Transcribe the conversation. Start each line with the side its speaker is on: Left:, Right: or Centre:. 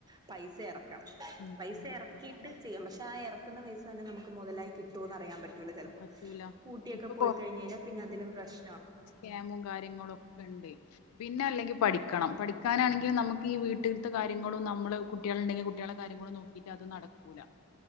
Right: പൈസ ഇറ
Left: ഉം
Right: പൈസ ഇറക്കിയിട്ട്
Left: അതും
Right: ചെയ്യാം പക്ഷെ ആ ഇറക്കുന്ന പൈസ തന്നെ നമുക്ക് മുതലായി കിട്ടുമന്ന് അറിയാൻ പറ്റു ചിലപ്പോ
Left: പറ്റൂല
Right: പൂട്ടിയോക്കെ
Left: ഇപ്പൊ
Right: പോയി കഴിഞ് കഴിഞ്ഞാ പിന്നെ അതിലും പ്രശ്ന
Left: യാമും കാര്യങ്ങളും ഒക്കെ ഉണ്ട് പിന്നെ അല്ലെങ്കിൽ പഠ വക്കണം പഠിക്കാനാണെങ്കിൽ നമുക്ക് വീട്ടിലുതെ കാര്യങ്ങളും നമ്മളെ കുട്ടികളുണ്ടെങ്കിൽ കുട്ടികളെ കാര്യങ്ങളും നോക്കാ ത് നടക്കൂല